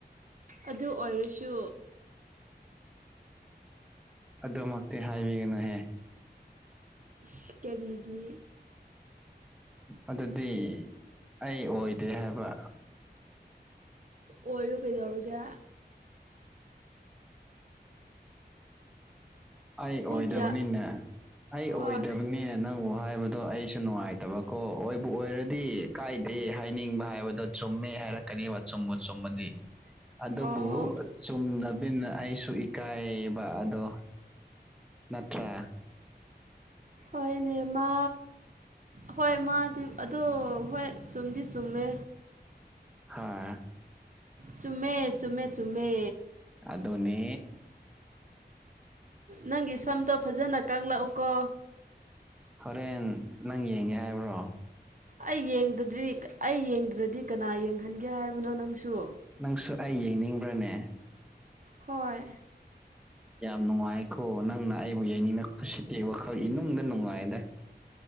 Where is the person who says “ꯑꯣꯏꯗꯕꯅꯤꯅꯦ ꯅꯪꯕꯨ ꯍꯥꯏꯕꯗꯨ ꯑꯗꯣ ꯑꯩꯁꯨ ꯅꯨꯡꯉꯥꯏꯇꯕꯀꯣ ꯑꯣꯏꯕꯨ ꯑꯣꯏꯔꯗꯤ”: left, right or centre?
Centre